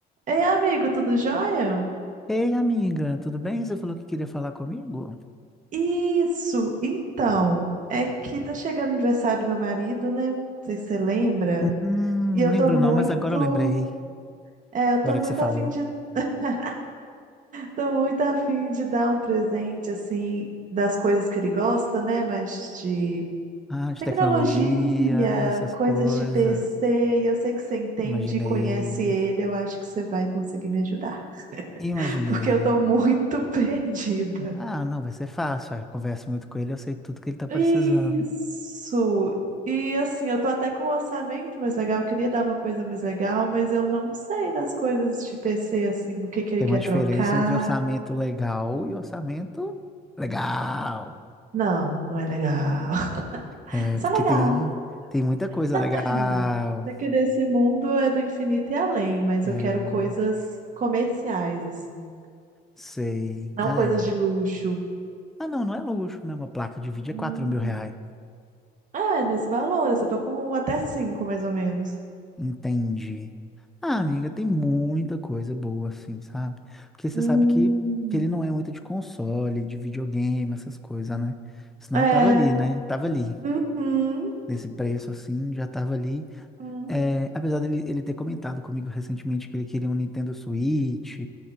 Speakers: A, on the right (about 50°); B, in the centre.
A: Ei, amigo, tudo jóia?
B: Ei, amiga, tudo bem? Você falou que queria falar comigo?
A: Isso, então, é que tá chegando o aniversário do meu marido, né? Não sei se você lembra.
B: Hum,
A: E eu
B: não lembro
A: tô muito,
B: não, mas agora eu lembrei.
A: é, eu
B: Agora
A: tô muito
B: que você falou.
A: afim de, <laughs> tô muito afim de dar um presente, assim, das coisas que ele gosta, né? Mas de
B: Ah, de
A: tecnologia,
B: tecnologia, né? Essas
A: coisas
B: coisas.
A: de PC, e eu sei que você entende
B: Imaginei.
A: e conhece ele, eu acho que você vai conseguir me ajudar,
B: Imaginei.
A: <laughs> porque eu tô muito <laughs> perdida.
B: Ah, não, vai ser fácil. Ah, Eu converso muito com ele, eu sei tudo que ele tá precisando.
A: Isso! E assim, eu tô até com um orçamento mais legal, eu queria dar uma coisa mais legal, mas eu não sei das coisas de PC, assim, o que que ele
B: Tem
A: quer
B: uma diferença
A: trocar.
B: entre orçamento legal e orçamento legal.
A: Não, não é legal. <laughs>
B: É,
A: Só
B: porque
A: legal.
B: tem, tem muita coisa
A: Não,
B: legal.
A: é É que desse mundo é do infinito e além, mas
B: É,
A: eu quero coisas comerciais, assim,
B: sei.
A: não
B: Ah,
A: coisas
B: é.
A: de luxo.
B: Ah, não, não é luxo, né? Uma placa de vídeo
A: Hum.
B: é quatro mil reais.
A: É, nesse valor, assim, eu tô com até cinco, mais ou menos.
B: Entendi. Ah, amiga, tem muita coisa boa, assim, sabe? Porque você
A: Hum.
B: sabe que, que ele não é muito de console, de videogame, essas coisas, né? Senão
A: É.
B: eu tava ali, né? Tava ali.
A: Uhum.
B: Nesse preço, assim, já tava ali.
A: Uhum.
B: É, apesar dele ele ter comentado comigo recentemente que ele queria um Nintendo Switch,